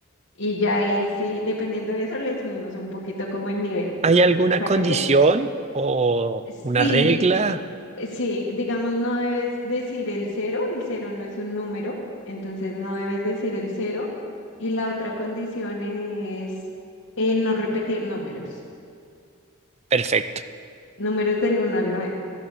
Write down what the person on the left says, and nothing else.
y ya ahí sí, dependiendo de eso, le subimos un poquito como el nivel.
¿Te parece?
Sí,
sí, digamos, no debes decir el cero, el cero no es un número, entonces no debes decir el cero. Y la otra condición es eh, no repetir números,
números del uno al nueve